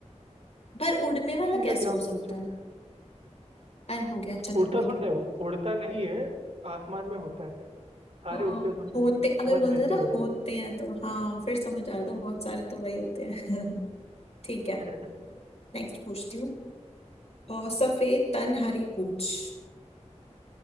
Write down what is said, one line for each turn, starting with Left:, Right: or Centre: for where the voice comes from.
Left: पर उड़ने वाला
Right: ठीक
Left: कैसे
Right: है अभी
Left: हो
Right: आप
Left: सकता
Right: पूछो
Left: है अरे हो गया चलो
Right: उड़ता
Left: कोई नहीं
Right: थोड़ा है वो उड़ता नहीं है आसमान में होता है सारे
Left: आ,
Right: उड़ते थोड़ा
Left: होते
Right: है
Left: अगर
Right: बस
Left: बोल
Right: रहते
Left: देते
Right: हो
Left: ना
Right: गए
Left: होते हैं तो हाँ फिर समझ आया तो बहुत सारे तो वही होते हैं <laughs> ठीक है
Right: <laughs>
Left: नेक्स्ट पूछती हूँ और
Right: हाँ
Left: सफेद तन हरी पूछ